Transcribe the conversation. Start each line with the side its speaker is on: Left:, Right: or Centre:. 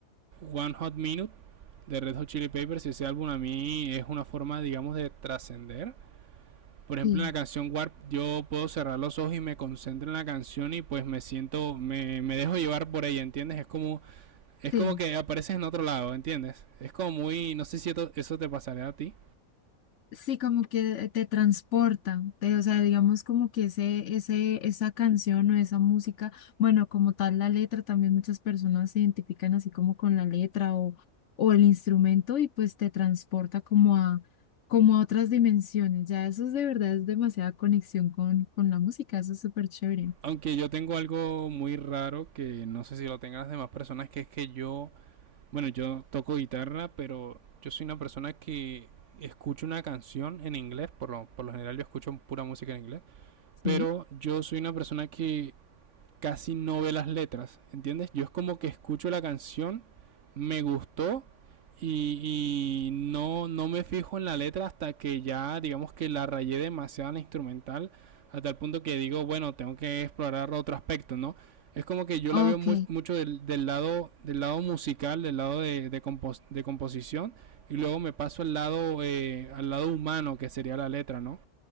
Right: One Hot Minute de Red Hot Chili Peppers y ese álbum a mí es una forma, digamos, de trascender. Por ejemplo,
Left: sí,
Right: en la canción Warp yo puedo cerrar los ojos y me concentro en la canción y pues me siento, me, me dejo llevar por ella, ¿entiendes? Es como, es
Left: sí.
Right: como que apareces en otro lado, ¿entiendes? Es como muy, no sé si esto- eso te pasaría a ti,
Left: Sí, como que te transporta, te- o sea, digamos como que ese, ese, esa canción o esa música, bueno, como tal la letra, también muchas personas se identifican así como con la letra o, o el instrumento y pues te transporta como a, como a otras dimensiones. Ya eso es de verdad, es demasiada conexión con, con la música, eso es súper chévere.
Right: Aunque yo tengo algo muy raro que no sé si lo tengan las demás personas, que es que yo, bueno, yo toco guitarra, pero yo soy una persona que escucho una canción en inglés, por lo, por lo general yo escucho pura música en inglés,
Left: Sí,
Right: pero yo soy una persona que casi no ve las letras, ¿entiendes? Yo es como que escucho la canción, me gustó y, y no, no me fijo en la letra hasta que ya, digamos que la rayé demasiado en la instrumental, hasta el punto que digo, bueno, tengo que explorar otro aspecto, ¿no? Es como que yo
Left: ok.
Right: la veo mu- mucho del, del lado, del lado musical, del lado de, de, compos- de composición, y luego me paso al lado, eh, al lado humano, que sería la letra, ¿no?